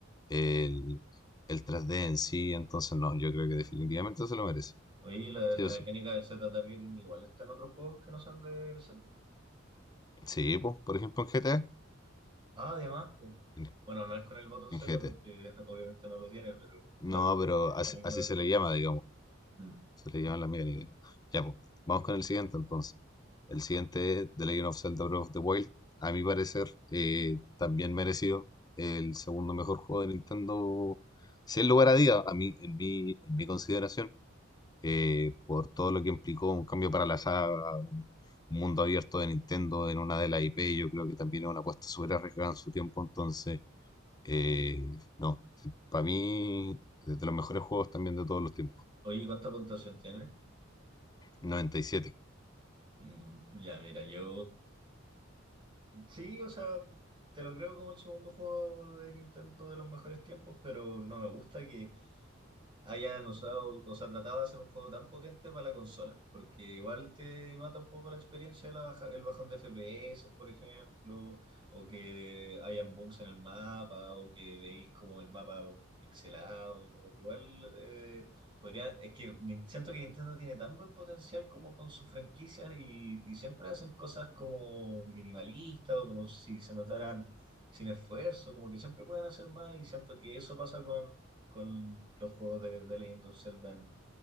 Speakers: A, on the left; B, on the right.
A: El, el tres d en sí. Entonces, no, yo creo que definitivamente se lo merece.
B: Oye, la,
A: Sí
B: la
A: o
B: mecánica
A: sí.
B: del Z-targeting igual está en otros juegos que no son de Zelda.
A: Sí, pues, por ejemplo, en GTA.
B: Ah, además, pues,
A: En,
B: bueno, no es con el botón
A: en
B: Z
A: GT.
B: porque <laughs> obviamente no lo tiene, pero
A: No,
B: claro, tiene
A: pero
B: esa
A: así,
B: misma
A: así
B: mecánica.
A: se le llama, digamos.
B: Mm.
A: Se le llama la mía digamos. Ya, pues. Vamos con el siguiente entonces. El siguiente es The Legend of Zelda Breath of the Wild. A mi parecer, eh, también merecido el segundo mejor juego de Nintendo, sin lugar a duda, a mí, en mi, en mi consideración, eh, por todo lo que implicó un cambio para la saga, un, un mundo abierto de Nintendo en una de las IP, yo creo que también es una apuesta súper arriesgada en su tiempo, entonces Eh, no, para mí, de los mejores juegos también de todos los tiempos.
B: Oye, ¿cuánta puntuación tiene?
A: noventa y siete
B: Mm, ya, mira, yo sí, o sea, te lo creo como el segundo juego de Nintendo de los mejores tiempos, pero no me gusta que hayan usado, o sea, tratado de hacer un juego tan potente para la consola, porque igual te mata un poco la experiencia de la baja- el bajón de FPS, por ejemplo, o que hayan bugs en el mapa, o que veis como el mapa pixelado, como que igual eh, podría, es que ni- siento que Nintendo tiene tan buen potencial como con sus franquicias y, y siempre hacen cosas como minimalistas o como si se notaran sin esfuerzo, como que siempre pueden hacer más y siento que eso pasa con, con los juegos de, de Legend of Zelda en,